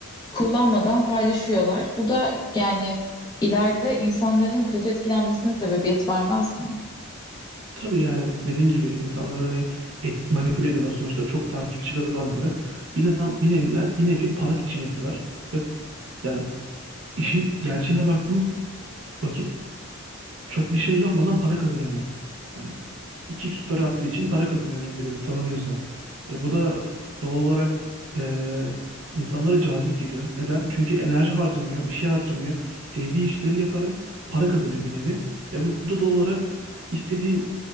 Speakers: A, on the left; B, on the right.
A: kullanmadan paylaşıyorlar. Bu da yani ileride insanların kötü etkilenmesine sebebiyet vermez mi?
B: Tabii yani dediğin gibi insanları hani etki, manipüle ediyorlar. Sonuçta çok takipçi kazanmaları. Bir, nevi- bir, nevi, bir nevi para için yapıyorlar. Ve ya işin gerçeğine baktığımız vakit çok bir şey yapmadan para kazanıyorlar. Hani iki üç story attığı için para kazanıyor örnek veriyorum tanınıyorsa. E, bu da doğal olarak e, insanlara cazip geliyor. Neden? Çünkü enerji harcamıyor, bir şey harcamıyor. Sevdiği işleri yaparak para kazanıyor bir nevi. E, bu da doğal olarak istediği